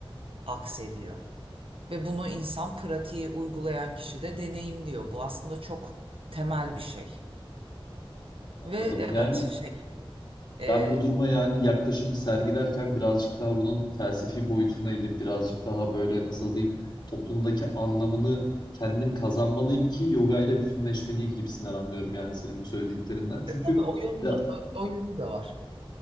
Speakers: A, on the right; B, on the left.
A: aksediyor. Ve bunu insan pratiği uygulayan kişi de deneyimliyor. Bu aslında çok temel bir şey.
B: anladım.
A: Ve evet
B: Yani
A: şey e,
B: Ben bu duruma yani yaklaşım sergilerken birazcık daha bunun felsefi boyutuna inip birazcık daha böyle nasıl diyeyim toplumdaki anlamını kendim kazanmalıyım ki yoga ile bütünleşmeliyim gibisinden anlıyorum yani senin bu söylediklerinden. Çünkü
A: E tabii o yönü
B: biraz-
A: de, o, o yönü de var.